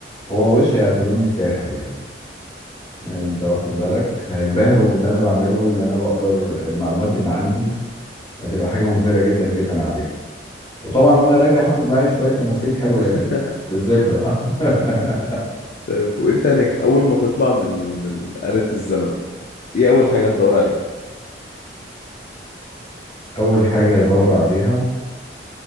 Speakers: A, on the left; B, on the left.
A: هو وش هيعتبروني ساحر يعني آه، انت واخد بالك هينبهروا باللي انا بعمله اللي انا بقدر المعلومات اللي عندي هتبقى حاجة مبهرة جدا جدا عليهم وطبعا وانا راجع هاخد معايا شويه تماثيل حلوه
B: <laughs>
A: يعني للذكرى <laughs>
B: طيب وانت هناك اول ما تطلع من من آلة الزمن ايه اول حاجة هتدور عليها
A: اول حاجه هدور عليها